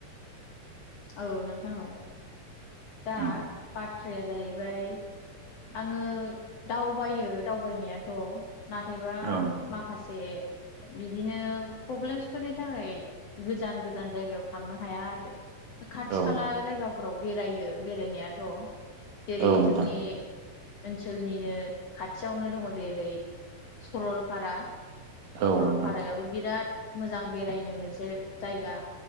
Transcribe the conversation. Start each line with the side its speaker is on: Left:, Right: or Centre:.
Left: <inaudible> औ नोंथां औ दा
Right: उम
Left: बाथ्राया जाहैबाय आङो दावबायो दावबायनायाथ' नाथायबा
Right: औ
Left: माखासे द <unintelligible> बिदिनो प्रब्लेमसफोरनि थाखाय गोजान गोजान जायगायाव थांनो हाया आरो खाथि
Right: औ
Left: खाला जायगाफोराव बेरायो बेरायनायाथ' जेरै
Right: औ नोंथां
Left: जोंनि ओनसोलनिनो खाथियावनो दङ जेरै सरलपारा। सरलपारायाबो
Right: औ नोंथां
Left: बिराद मोजां बेरायनो मोनसे जायगा